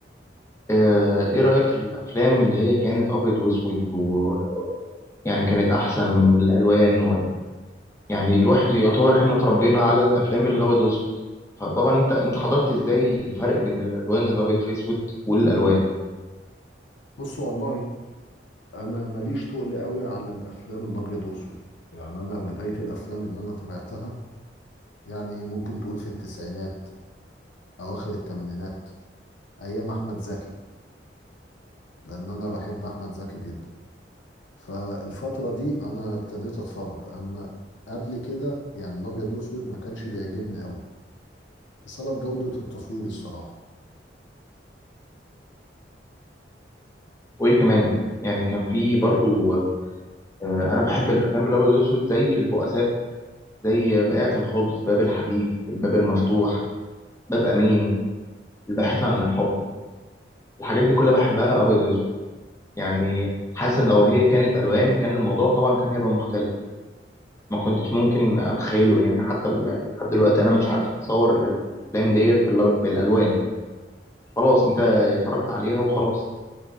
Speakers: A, on the left (about 15°); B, on the left (about 80°).
A: آه، ايه رايك في الافلام اللي هي كانت ابيض واسود ويعني كانت احسن من الالوان وال... يعني الواحد يعتبر احنا اتربينا على الافلام الابيض واسود فطبعا انت انت حضرت ازاي الفرق بين الالوان الابيض في اسود والالوان
B: بص والله انا ماليش تقل قوي على الافلام الابيض واسود يعني انا بدايه الافلام اللي انا تابعتها يعني ممكن تقول في التسعينات اواخر الثمانينات ايام احمد زكي لان انا بحب احمد زكي جدا فالفتره دي انا ابتديت اتفرج اما قبل كده يعني الابيض واسود ما كانش بيعجبني قوي بسبب جوده التصوير الصراحه
A: وايه كمان يعني كان في برضو آه، انا بحب الافلام الابيض واسود زي البؤساء زي بائعة الخبز باب الحديد الباب المفتوح باب امين الباحثة عن الحب الحاجات دي كلها بحبها أبيض وأسود يعني حاسس إن لو هي كانت ألوان كان الموضوع طبعا كان هيبقى مختلف ما كنتش ممكن أتخيله يعني حتى ال- لحد دلوقتي أنا مش عارف أتصور الأفلام ديت بال- بالألوان خلاص أنت اتفرجت عليها وخلاص